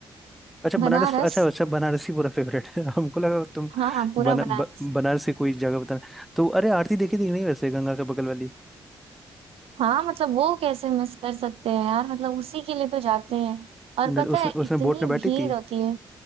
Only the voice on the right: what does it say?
बनारस
हाँ हाँ, पूरा
बनारस
हाँ मतलब वो कैसे मिस कर सकते हैं यार मतलब उसी के लिए तो जाते हैं और
पता
है
इतनी
भीड़
होती है